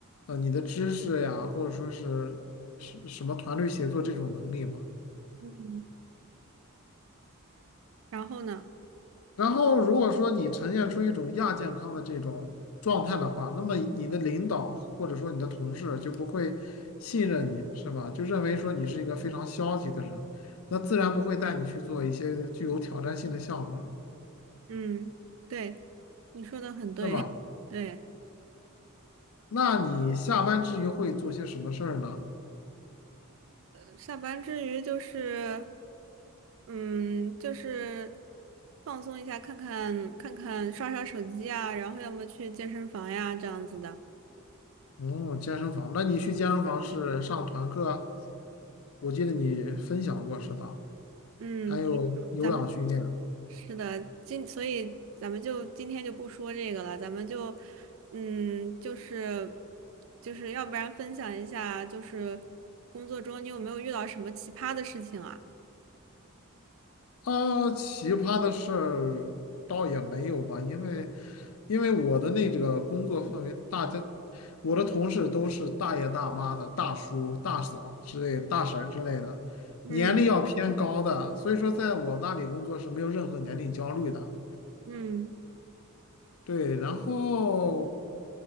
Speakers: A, on the left (about 80°); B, on the right (about 65°).
A: 呃你的知识呀，或者说是是什么团队协作这种能力嘛。
B: 嗯，然后呢？
A: 然后，如果说你呈现出一种亚健康的这种状态的话，那么你的领导或者说你的同事就不会信任你，是吧？就认为说你是一个非常消极的人，那自然不会带你去做一些具有挑战性的项目了，
B: 嗯，对，你说的很对，
A: 是吧？
B: <laughs> 对，
A: 那你下班之余会做些什么事儿呢？
B: 呃下班之余就是，嗯，就是放松一下，看看看看刷刷手机啊，然后要么去健身房呀，这样子的。
A: 嗯，健身房。那你去健身房是上团课啊，我记得你分享过是吧？
B: 嗯，
A: 还有有氧训练啊。
B: 对。咱们。是的，今所以咱们就今天就不说这个了，咱们就，嗯，就是就是要不然分享一下，就是工作中你有没有遇到什么奇葩的事情啊？
A: 啊，奇葩的事儿倒也没有吧，因为因为我的那个工作氛围，大家我的同事都是大爷大妈的、大叔、大嫂之类、大婶儿之类的，
B: 嗯
A: 年龄要偏高的，所以说在我那里工作是没有任何年龄焦虑的。
B: 嗯
A: 对，然后